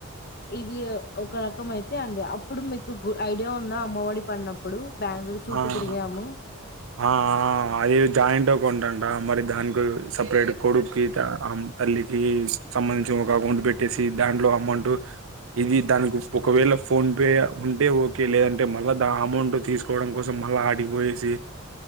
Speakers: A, on the left; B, on the right.
A: ఇది ఒక రకం అయి తే అండి అప్పుడు మీకు గు ఐడియా ఉందా అమ్మఒడి పడినప్పుడు బ్యాంకులు చుట్టూ
B: ఆ ఆ
A: తిరిగాము.
B: ఆ ఆ అది జాయింట్ అకౌంట్ అన్ ట మరి దానికి సపరేట్ కొడుకు కి త అ తల్లి కి సంబంధించి ఒక అకౌంట్ పెట్టెసి దాంట్లో అమౌంట్ ఇది దానికి ఒకవేళ ఫోన్ పే వుంటే ఓకే లేదంటే మల్ల దా అమౌంట్ తీసు కోవడం కోసం మళ్ల ఆడికిపోయేసి